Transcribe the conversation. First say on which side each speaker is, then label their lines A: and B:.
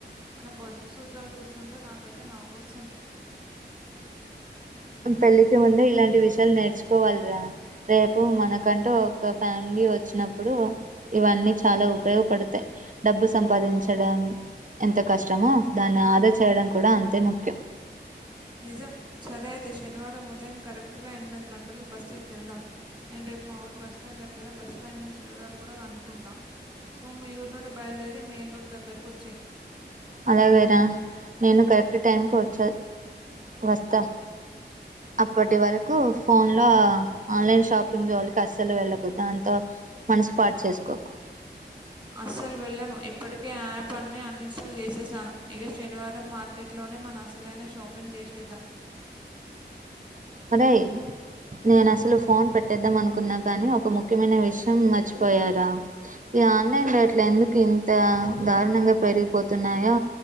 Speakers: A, on the right; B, on the right.
A: మన పొదుపు సూత్రాలు చూస్తుంటే నాకైతే నవ్వు వస్తుంది
B: పెళ్ళికి ముందే ఇలాంటి విషయాలు నేర్చుకోవాలిరా రేపు మనకంటూ ఒక ఫ్యామిలీ వచ్చినప్పుడు ఇవన్నీ చాలా ఉపయోగపడతాయి డబ్బు సంపాదించడ ఎంత కష్టమో దాన్ని ఆదా చేయడం కూడా అంతే ముఖ్యం
A: నిజం సరే అయితే శనివారం ఉదయం కరెక్ట్గా ఎనిమిది గంటలక బస్సు ఎక్కిెళ్దాం నేను రేపు మా ఊరు బస్ స్టాండ్ దగ్గర బస్ టైమింగ్స్ వివరాలు కూడా కనుకుంట నువ్వు మీ ఊరు నుండి బయల్దేరి మెయిన్ రోడ్డు దగ్గరకు వచ్చేయి
B: అలాగైరా నేను కరెక్ట్ టైంకి వచ్చె వస్తా అప్పటి వరకు ఫోన్లో ఆన్లైన్ షాపింగ్ జోళీకి అస్సలు వెళ్ళకు దాంతో మనసు పాడు చేసుకోకు
A: అస్సలు వెళ్ళను ఇప్పటికే యాప్ అన్ని అన్‌ఇన్‌స్టాల్ చేసేసాను ఇక శనివారం మార్క్ కెట్లోనే మన అసలైన షాపింగ్ చేసేద్దాం
B: అరే నేను అసలు ఫోన్ పెట్టేద్దాం అనుకున్నా కాని ఒక ముఖ్యమైన విషయం మర్చిపోయారా ఈ ఆన్లైన్ రేట్లు ఎందుకు ఇంత దారుణంగా పెరిగిపోతున్నాయో